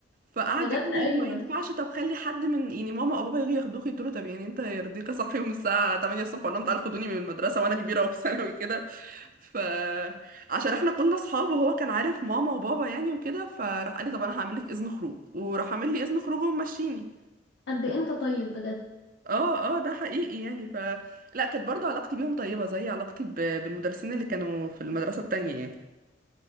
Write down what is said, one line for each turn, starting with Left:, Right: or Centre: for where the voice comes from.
Right: فقعد
Left: بجد
Right: يقول لي
Left: ايوه
Right: وما ينفعش طب خلي حد من يعني ماما او بابا يجوا ياخدوك يقولوا طب يعني انت يرضيك اصحيهم الساعه 8 الصبح اقول لهم تعالوا خدوني من المدرسه وانا كبيره وفي <laughs> ثانوي كده ف عشان احنا كنا اصحاب وهو كان عارف ماما وبابا يعني وكده فراح قال لي طب انا هعمل لك اذن خروج وراح عامل لي اذن خروج ومشيني
Left: قد إيه انت طيب بجد
Right: اه اه ده حقيقي يعني ف لا كانت برضو علاقتي بيهم طيبه زي علاقتي ب... بالمدرسين اللي كانوا في المدرسه التانية يعني